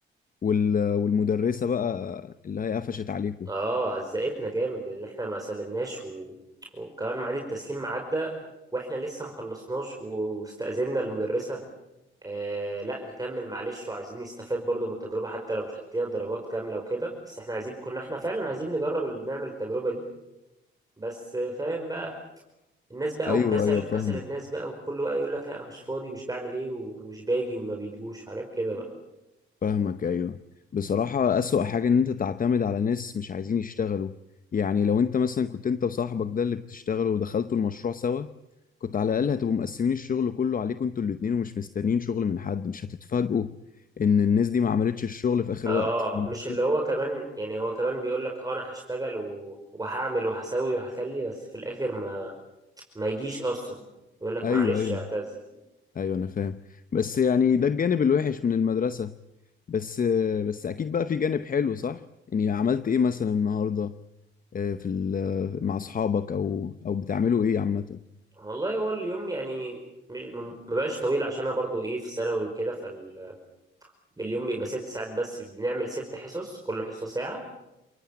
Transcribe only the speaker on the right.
اه هزقتنا جامد لان احنا ما سلمناش و... وكمان ميعاد التسليم عدى واحنا لسه ما خلصناش و- واستأذنا المدرسة آه لا نكمل معلش وعايزين نستفاد برضو من التجربة حتى لو مش هتدينا درجات كاملة وكده بس احنا عايزين كنا احنا فعلا عايزين نجرب ال- نعمل التجربة دي بس آه، فاهم بقى الناس بقى
والكسل
كسل الناس بقى وكل بقى يقول لك لا مش فاضي مش بعمل ايه ومش باجي وما بيجوش وحاجات كده بقى.
اه
مش
اللي هو كمان يعني هو كمان بيقول لك اه انا هشتغل و... وهعمل وهسوي وهخلي بس في الاخر ما ما يجيش اصلا يقول لك
معلش
اعتذر
والله هو اليوم يعني م- ما بقاش طويل عشان انا برضو ايه في الثانوي وكده فاليوم بيبقى ست ساعات بس بنعمل ست حصص كل حصة ساعة